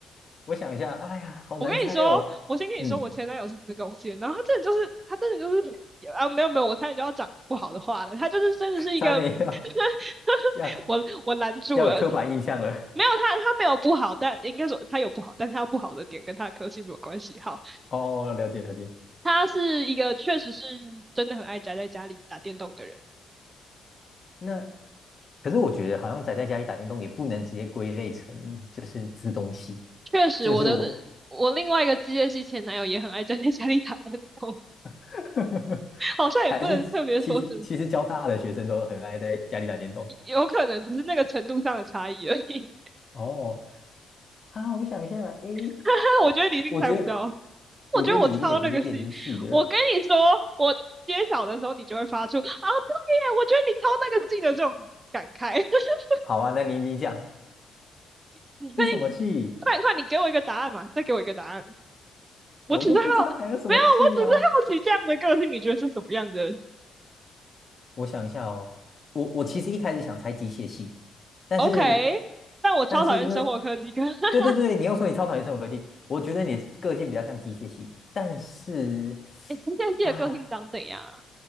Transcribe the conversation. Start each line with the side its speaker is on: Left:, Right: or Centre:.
Left: 我想一下，哎呀，好难猜哦。
Right: 我跟你说，我先跟你说，
Left: 嗯，
Right: 我前男友是子宫腺，然后他真的就是，他真的就是啊，没有没有，我差点就要讲不好的话了，他就是真的是一个，
Left: 差点要
Right: <laughs>
Left: 要
Right: 我我拦住了，
Left: 要有刻板印象了。
Right: 没有他他没有不好，但应该说他有不好，但他不好的点跟他的科系没有关系。好，
Left: <laughs> 哦，了解了解。
Right: 他是一个确实是真的很爱宅在家里打电动的人，
Left: 那可是我觉得好像宅在家里打电动也不能直接归类成就是资工系。
Right: 确实我的。
Left: 这个是我
Right: 我另外一个机械系前男友也很爱宅在家里打电动，
Left: <laughs>
Right: 好像也不能特别说什么，
Left: 还是其其实其实交大的学生都很爱在家里打电动。
Right: 有可能只是那个程度上的差异而已。
Left: 哦，啊，我想一下，诶，
Right: <laughs> 我觉得你一定猜不到。
Left: 我觉得我觉得你一定也不是电机系的。
Right: 我觉得我超那个戏，我跟你说，我揭晓的时候，你就会发出啊，对呀，我觉得你超那个戏的这种感慨。<laughs>
Left: 好啊，那你你讲
Right: 你确定？
Left: 是什么系？
Right: 快点快点你给我一个答案嘛，再给我一个答案。
Left: 我就不知道还有什么系啊。
Right: 我只是好，没有，我只是好奇这样的个性，你觉得是什么样的
Left: 我想一下哦，我我其实一开始想猜机械系，但是
Right: o k 但我超讨厌生活科技课。
Left: 但是因为，
Right: <laughs>
Left: 对对对，你又说你超讨厌生物科技，我觉得你的个性比较像机械系，但是
Right: 哎，这些戏的个性长怎样啊？
Left: 啊，